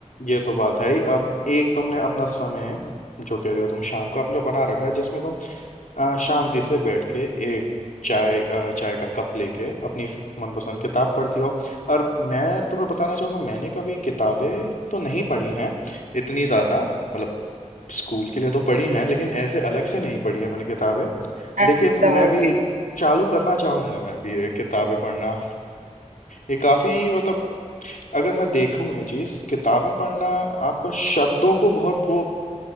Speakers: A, on the left; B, on the right.
A: ये तो बात है ही अब एक तुमने अपना समय जो कह रही हो तुम शाम को अपना बना रखा है जिसमें तुम आ, शांति से बैठ के एक चाय आ, चाय का कप लेके अपनी मनपसंद किताब पढ़ती हो और मैं तुम्हें बताना चाहूँगा मैंने कभी किताबें तो नहीं पढ़ी हैं इतनी ज़्यादा मतलब स्कूल के लिए तो पढ़ी हैं लेकिन ऐसे अलग से नहीं पढ़ी है मैंने किताबें
B: हाँ,
A: लेकिन
B: समझ
A: मैं भी
B: गई
A: चालू करना चाहूँगा मैं भी ये किताबें पढ़ना ये काफ़ी मतलब अगर मैं देखूँ ये चीज़ किताबें पढ़ना आपको शब्दों को बहुत वो